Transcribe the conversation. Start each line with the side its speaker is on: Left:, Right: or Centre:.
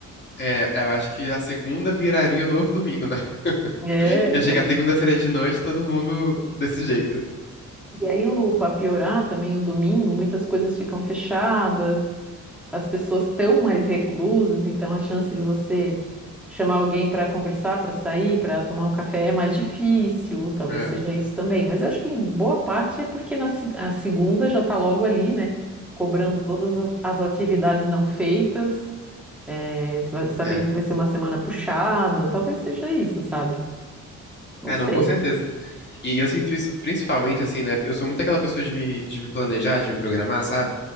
Left: É, eu acho que a segunda viraria o novo domingo, né?
Centre: É,
Left: <laughs> Ia chegar
Centre: eu
Left: segunda-feira de noite, todo mundo desse jeito.
Centre: E aí, para piorar também, o domingo, muitas coisas ficam fechadas, as pessoas estão mais reclusas, então a chance de você chamar alguém para conversar, para sair, para tomar um café é mais difícil, talvez
Left: É,
Centre: seja isso também. Mas eu acho que em boa parte é porque na, se- a segunda já está logo ali, né? Cobrando todas a- as atividades não feitas, eh, sa- sabendo
Left: é.
Centre: que vai ser uma semana puxada, talvez seja isso, sabe? Não
Left: É,
Centre: sei.
Left: não, com certeza. E eu sinto isso principalmente assim, né? Eu sou muito aquela pessoa de me, de me planejar, de me programar, sabe?